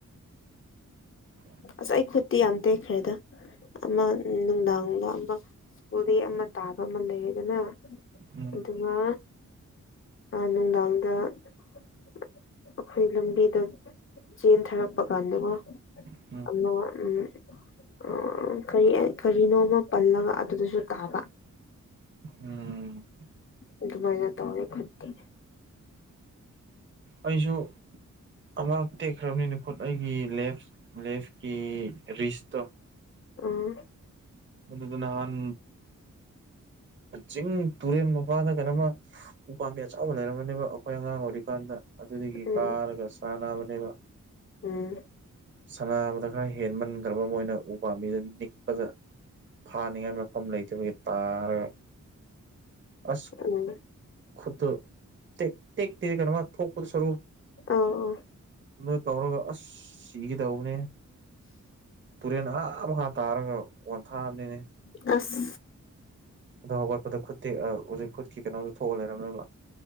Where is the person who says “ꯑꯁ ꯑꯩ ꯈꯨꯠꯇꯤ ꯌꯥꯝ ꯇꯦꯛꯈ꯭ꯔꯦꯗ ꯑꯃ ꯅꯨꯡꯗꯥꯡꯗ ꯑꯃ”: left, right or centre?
Left